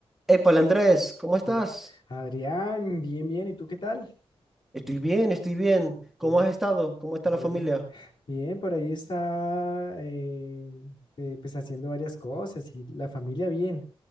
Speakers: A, in the centre; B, on the left.
A: Épale, Andrés, ¿cómo estás?
B: ¿Qué? Adrián, bien, bien. ¿Y tú qué tal?
A: Estoy bien, estoy bien. ¿Cómo
B: Bien,
A: has estado? ¿Cómo está
B: bien,
A: la familia?
B: bien. Por ahí está, eh, eh, pues haciendo varias cosas y la familia bien.